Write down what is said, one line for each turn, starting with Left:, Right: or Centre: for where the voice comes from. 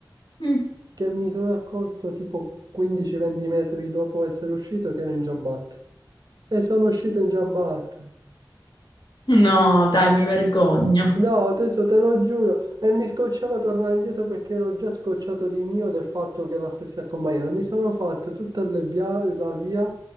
Left: Mm.
Right: che mi sono accorto tipo 15-20 metri dopo essere uscito che ero in giabbatte. E sono uscito in giabbatte.
Left: No, dai, mi vergogno.
Right: No, adesso te lo giuro. E mi scocciava tornare indietro perché ero già scocciato di mio del fatto che la stessi accompagnata. Mi sono fatto tutta le via- la via